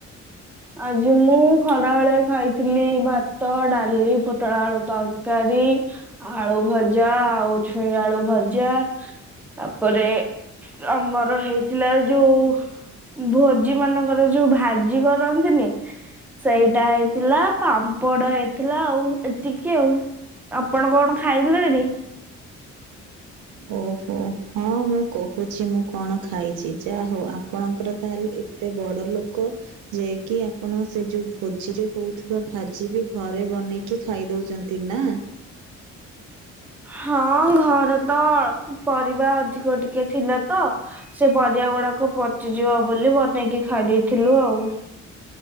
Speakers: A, in the centre; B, on the right.
A: ଆଜି ମୁଁ ଖରା ବେଳେ ଖାଇଥିଲି ଭାତ ଡାଲି ପୋଟଳ ଆଳୁ ତରକାରୀ। ଆଳୁ ଭଜା ଆଉ ଛୁଇଁ ଆଳୁ ଭଜା ତାପରେ ଆମର ହେଇଥିଲା ଯୋଉ ଭୋଜି ମାନଙ୍କର ଯୋଉ ଭାଜି କର କରନ୍ତିନି ସେଇଟା ହେଇଥିଲା ପାମ୍ପଡ ହେଇଥିଲା ଆଉ ଏତିକି ଆଉ। ଆପଣ କଣ ଖାଇଲେଣି?
B: ଓହୋ ହଁ ମୁଁ କହୁଛି ମୁଁ କଣ ଖାଇଛି। ଯା ହଉ ଆପଣଙ୍କର ତାହେଲେ ଏତେ ବଡ ଲୋକ ଯ କି ଆପଣ ସେ ଯୋଉ ଭୋଜିର ହଉଥିବା ଭାଜି ବି ଘରେ ବନେଇକି ଖାଇ ଦଉଛନ୍ତି ନାଁ।
A: ହଁ ଘରେ ତ ପରିବା ଅଧିକ ଟିକେ ଥିଲା ତ, ସେ ପରିବା ଗୁଡାକ ପଚିଯିବ ବୋଲି ବନେଇକି ଖାଇ ଦେଇେଇଥିଲୁ ଆଉ।